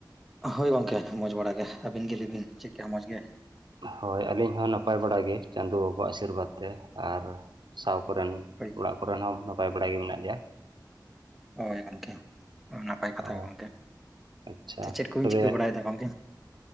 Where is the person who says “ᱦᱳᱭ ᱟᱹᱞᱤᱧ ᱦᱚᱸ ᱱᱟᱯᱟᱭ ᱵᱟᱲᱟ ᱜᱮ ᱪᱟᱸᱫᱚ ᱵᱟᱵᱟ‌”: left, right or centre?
Right